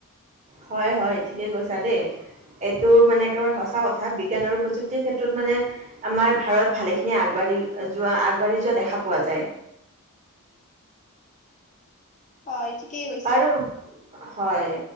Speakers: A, on the right (about 35°); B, on the left (about 35°).
A: হয়, হয়জ ঠিকে কৈছা দেই। এইটো মানে একেবাৰে সঁচা কথা, বিজ্ঞান আৰু প্ৰযুক্তিৰ ক্ষেত্ৰত মানে আমাৰ ভাৰত ভালেখিনি আগবাঢ়ি যোৱা, আগবাঢ়ি যোৱা দেখা পোৱা যায়।
B: হয়। ঠিকেই কৈছা
A: বাৰু হয়।